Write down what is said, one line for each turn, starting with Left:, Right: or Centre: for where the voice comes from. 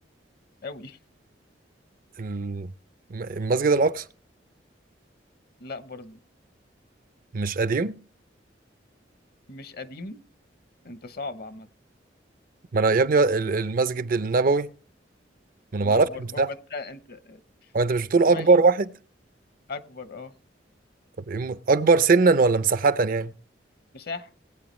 Left: أوي
Right: ال- م- المسجد الأقصى
Left: <laughs> لا برضو
Right: مش قديم
Left: مش قديم أنت صعب عامة
Right: ما انا يا ابني ال- المسجد النبوي ما انا
Left: لا
Right: ما اعرفش
Left: برضو
Right: مساحة
Left: هو أنت أنت
Right: هو انت مش بتقول اكبر
Left: ماشي
Right: واحد
Left: أكبر أه
Right: طب ايه م- اكبر سنا ولا مساحة يعني
Left: مساحة